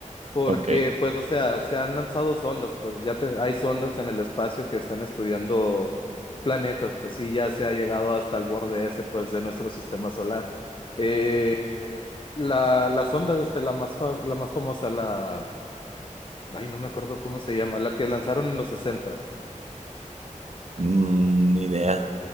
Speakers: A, on the left; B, on the right.
A: porque
B: Ok.
A: pues, o sea, se han lanzado sondas, pues ya te- hay sondas en el espacio que están estudiando planetas, pues sí, ya se ha llegado hasta el borde ese, pues, de nuestro sistema solar. Eh, la, la sonda, este, la más, fa- la más famosa, la, ay, no me acuerdo cómo se llama, la que lanzaron en los 60.
B: Mm, ni idea.